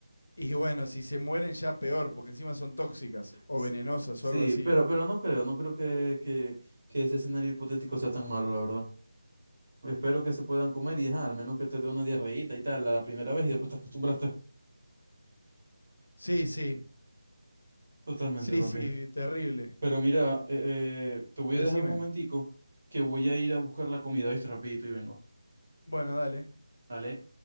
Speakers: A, on the left (about 65°); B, on the right (about 40°).
A: y bueno, si se mueren ya peor, porque encima son tóxicas o
B: Sí,
A: venenosas
B: sí,
A: o algo así.
B: pero, pero no creo, no creo que, que, que ese escenario hipotético sea tan malo, la verdad. Espero que se puedan comer y ajá, al menos que te dé una diarreíta y tal a la primera vez y después te acostumbraste
A: Sí, sí,
B: <laughs> totalmente,
A: sí,
B: papi.
A: sí, terrible.
B: Pero mira, eh, eh, te voy
A: Decime.
B: a dejar un momentico que voy a ir a buscar la comida, ¿viste? Rapidito y vengo.
A: Bueno, dale.
B: ¿Vale?